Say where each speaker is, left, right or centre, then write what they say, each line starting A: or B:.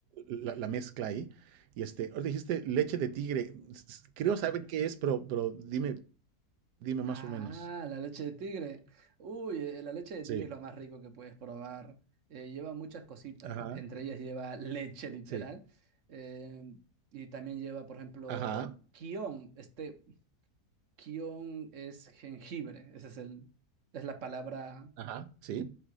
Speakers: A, on the right (about 85°); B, on the right (about 55°).
A: la- la mezcla ahí. Y este, ¿ahora dijiste leche de tigre. s- s- Creo saber qué es, pero, pero dime, dime más
B: Ah,
A: o menos.
B: la leche de tigre. Uy, eh, la leche de
A: Sí.
B: tigre es lo más rico que puedes probar. Eh, lleva muchas cositas,
A: Ajá.
B: entre ellas lleva leche literal.
A: Sí.
B: eh, y también lleva, por ejemplo,
A: Ajá.
B: kion. Este kion es jengibre, esa es el, es la palabra
A: Ajá. Sí.